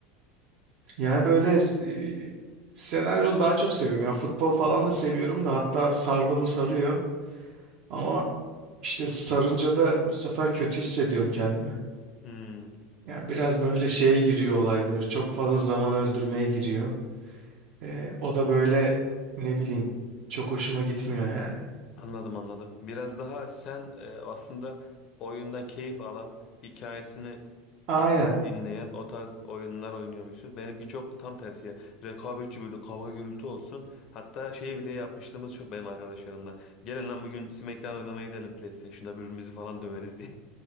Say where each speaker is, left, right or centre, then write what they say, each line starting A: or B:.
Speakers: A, on the right; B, on the left.
A: Yani böyle e, senaryolu daha çok seviyorum. Ya futbol falan da seviyorum da hatta sardı mı sarıyor. Ama işte sarınca da bu sefer kötü hissediyorum kendimi.
B: Hmm.
A: Yani biraz böyle şeye giriyor olay böyle çok fazla zaman öldürmeye giriyor. E, o da böyle ne bileyim çok hoşuma gitmiyor yani.
B: Anladım anladım. Biraz daha sen e, aslında oyundan keyif alan, hikayesini
A: Aynen.
B: e, dinleyen o tarz oyunlar oynuyormuşsun. Benimki çok tam tersi ya. Rekabetçi böyle kavga gürültü olsun. Hatta şey bile yapmışlığımız çok benim arkadaşlarımla. Gelin lan bugün SmackDown oynamaya gidelim PlayStation'da birbirimizi falan döveriz diye.